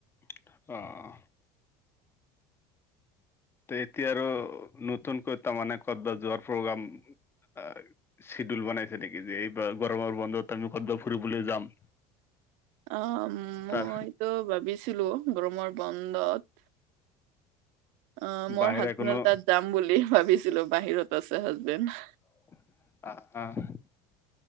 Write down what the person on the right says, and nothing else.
অ',
মইটো ভাবিছিলো গৰমৰ বন্ধত অ', মোৰ
হাজবেণ্ডৰ
তাত যাম বুলি ভাবিছিলো বাহিৰত আছে হাজবেণ্ড।